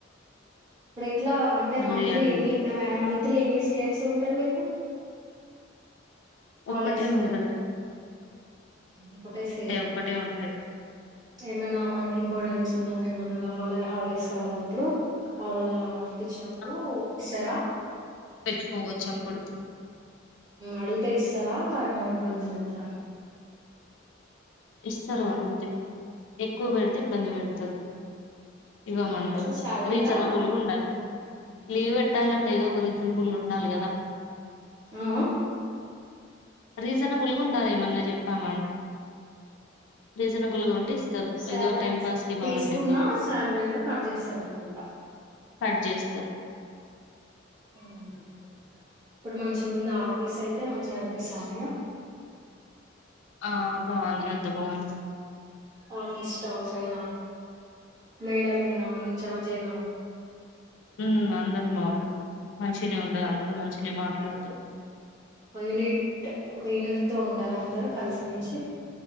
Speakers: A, on the right; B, on the left.
A: ఇప్పుడు ఇట్లా అంటే
B: మళ్ళీ
A: మంత్లీ
B: అటు
A: ఎన్ని మంత్లీ ఎన్ని సేల్స్ ఉంటాయి మీకు హాలిడేస్
B: ఒక్కటే ఉండదు
A: ఒకటే సేల్
B: ఒక్కటే ఉంటది
A: ఏమన్నా మనకి ఇంపార్టెన్స్ ఉన్నా ఏమన్నా కావాల హాలిడేస్ కావాలప్పుడు కావాల అనిపించినప్పుడు
B: ఆ
A: ఇస్తారా
B: పెట్టుకోవచ్చు అప్పుడు
A: అడుగుతే ఇస్తారా మనిబ్బంది విడతార
B: ఇస్తారు అడిగితే ఎక్కువ పెడితే ఇబ్బంది పెడతారు ఇవ్వమంటారు
A: ఉహు, ఇంకా శాలరీలా
B: రీజనబుల్ గుండాలి లీవ్ పెట్టాలంటే ఏదో ఒక రీజనబుల్ ఉండాలి కదా
A: ఆ
B: రీజనబుల్గాండాలేమన్నా చెప్పామంట రీజనబుల్గా ఉంటే ఇస్తారు
A: సరే
B: ఏదో టైం పాస్కి బామంటే
A: తీసుకున్న
B: సారు
A: శాలరీలో కట్ చేస్తారు అనుకుంటా
B: కట్ చేస్తారు
A: ఉమ్, ఇప్పుడు మంచి ఉంది ఆఫీస్ అయితే మంచిగా కనిపిస్తా మ్యో
B: ఆ బాగుంది అంత బాగుంది
A: ఆఫీస్ స్టాఫ్ అయినా మేడం అయినా మీ ఇన్ చార్జ్ అయినా
B: ఉ అందరం బగు మనుషనే ఉండ అందర మనుషనే మారలేదు
A: ఒక యూనిట్ ఒక యూనిట్ తో ఉంటారు అందరు కలిసిమెలిసి